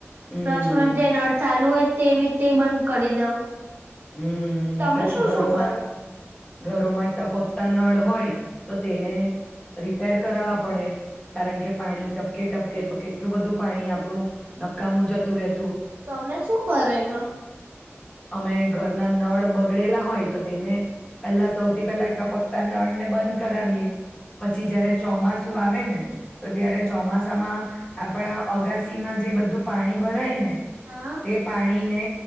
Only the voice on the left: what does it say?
હમ
હમ્મ,
પછી
ઘરોમાં
ઘરોમાં ટપકતા નળ હોય તો તેને રિપેર કરાવવા પડે કારણ કે પાણી ટપકે ટપકે તો કેટલું બધું પાણી આપડું નકામું જતું રહે
અમે ઘરના નળ બગડેલા હોય તો તેને પેલા સૌથી પહેલા ટપકતા નળને બંધ કરાવીએ. પછી જયારે ચોમાસું આવે ને તો ત્યારે ચોમાસામાં આપણા અગાસીમાં જે બધું પાણી ભરાય ને
તે પા ની ને